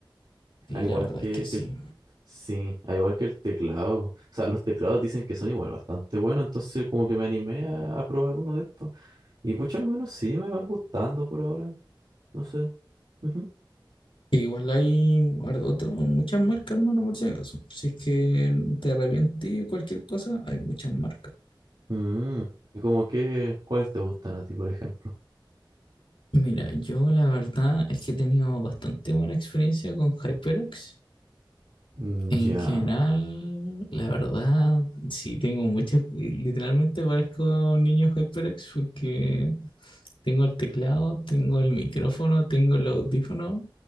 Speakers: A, on the left (about 85°); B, on the right (about 60°).
A: sí,
B: Al igual
A: la verdad
B: que,
A: es que sí.
B: que el, sí, al igual que el teclado. O sea, los teclados dicen que son igual bastante buenos, entonces como que me animé a, a probar uno de estos. Y pucha, al menos sí me van gustando por ahora. No sé. Ujú.
A: Igual hay ar- otro- muchas marcas, hermano, por si acaso. Si es que te arrepentí o cualquier cosa, hay muchas marcas.
B: Mm, Y como que, ¿cuáles te gustan a ti, por ejemplo?
A: Mira, yo la verdad es que he tenido bastante buena experiencia con HyperX.
B: Mm,
A: En
B: Ya.
A: general, la verdad, sí tengo muchas. Literalmente parezco niño HyperX porque tengo el teclado, tengo el micrófono, tengo el audífono